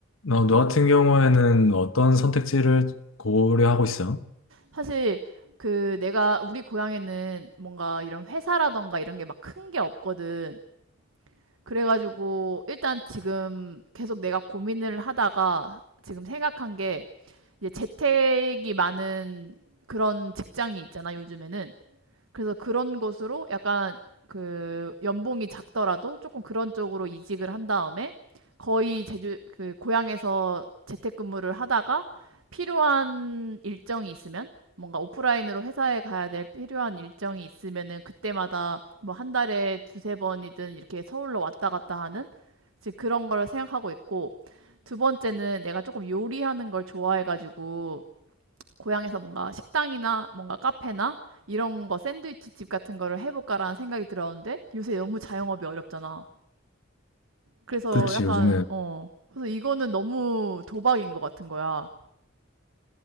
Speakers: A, on the left; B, on the right.
A: 어, 너 같은 경우에는 어떤 선택지를 고려하고 있어?
B: 사실 그 내가 우리 고향에는 뭔가 이런 회사라던가 이런 게 막 큰 게 없거든. 그래가지고 일단 지금 계속 내가 고민을 하다가 지금 생각한 게 이제 재택이 많은 그런 직장이 있잖아, 요즘에는. 그래서 그런 것으로 약간 그 연봉이 작더라도 조금 그런 쪽으로 이직을 한 다음에 거의 제주 그 고향에서 재택근무를 하다가 필요한 일정이 있으면 뭔가 오프라인으로 회사에 가야 될 필요한 일정이 있으면은 그때마다 뭐 한 달에 두세 번이든 이렇게 서울로 왔다 갔다 하는 이제 그런 걸 생각하고 있고 두 번째는 내가 조금 요리하는 걸 좋아해가지고 고향에서 뭔가 식당이나 뭔가 카페나 이런 거 샌드위치 집 같은 거를 해볼까라는 생각이 들었는데 요새 너무 자영업이 어렵잖아. 그래서
A: 그치,
B: 약간
A: 요즘에.
B: 어 그래서 이거는 너무 도박인 것 같은 거야.